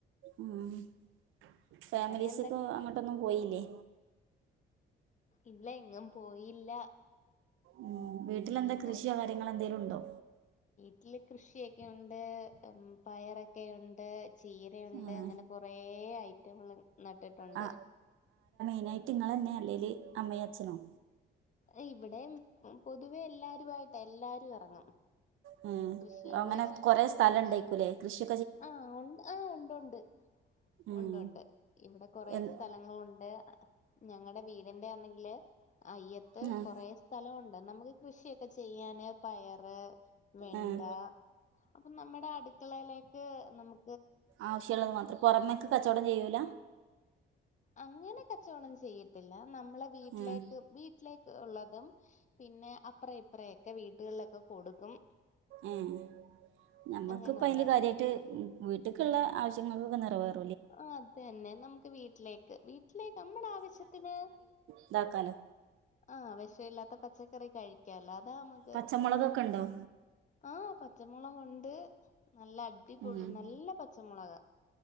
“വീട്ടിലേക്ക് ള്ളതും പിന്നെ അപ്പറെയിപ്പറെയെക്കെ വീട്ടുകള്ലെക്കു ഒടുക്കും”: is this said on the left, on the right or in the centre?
Left